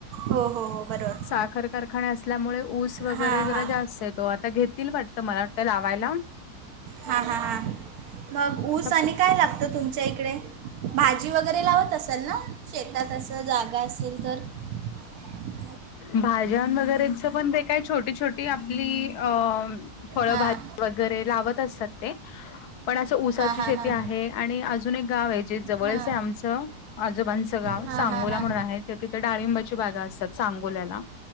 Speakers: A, on the right (about 65°); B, on the left (about 70°).
A: हो हो हो बरोबर
B: साखर कारखाने असल्यामुळे ऊस वगैरे
A: हां
B: जरा
A: हां
B: जास्त येतो आता घेतील वाटतं मला वाटत लावायला.
A: हा हा हा मग ऊस
B: आता
A: आणि काय लाग त तुमच्या इकडे भाजी वगैरे लावत असाल ना शेतात असं जागा असेल तर <unintelligible>
B: भाज्यां वगैरेचं पण ते काय छोटी छोटी आपली अ फळ
A: हां
B: भाज्या वगैरे लावत असतात ते पण असं ऊसाची
A: हां हां
B: शेती
A: हां
B: आहे आणि अजून एक गाव आहे जे जवळच
A: हां
B: ये आमचं आजोबांचं गाव
A: हां
B: सांगोला
A: हां हां
B: म्हणून आहे त तिथे डाळिंबाची बागा असतात सांगोल्याला.